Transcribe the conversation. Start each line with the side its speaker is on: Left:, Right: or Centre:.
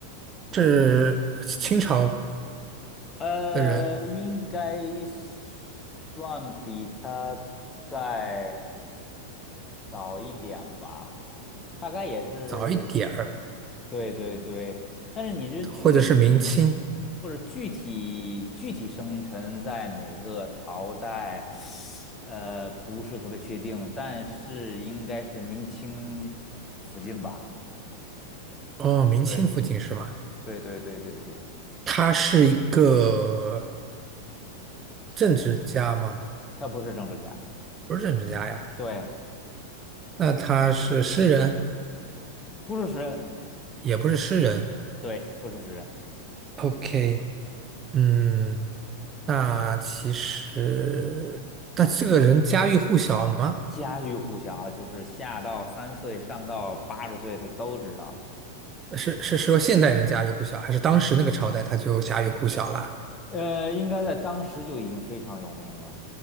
Right: 是清朝
Left: 呃，
Right: 的人，
Left: 应该算比他在。早一点吧，大概也是，
Right: 早一点儿，
Left: 对对对，但是你这具体
Right: 或者是明清。
Left: 或者具体具体生辰在哪个朝代，<sucks teeth> 呃，不是特别确定，但是应该是明清附近吧？
Right: 哦，明清附近是吗？
Left: 对对对对对对，
Right: 他是一个政治家吗？
Left: 嗯，他不是政治家，
Right: 不是政治家呀。
Left: 对，
Right: 那他是诗人，
Left: 不是诗人，
Right: 也不是诗人。
Left: 对，不是诗人，
Right: OK，嗯。那其实，那这个人家喻户晓吗？
Left: 家喻户晓，就是下到三岁，上到八十岁，他都知道。
Right: 是是说现代人家喻户晓，还是当时那个朝代他就家喻户晓了？
Left: 呃，应该在当时就已经非常有名了。